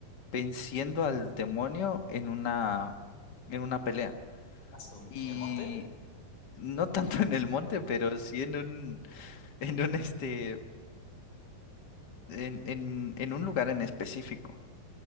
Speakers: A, on the left (about 45°); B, on the left (about 80°).
A: venciendo al demonio en una, en una pelea.
B: Ah, su-
A: Y
B: ¿En el monte?
A: no tanto en el monte, pero sí en un, en un este en, en, en un lugar en específico.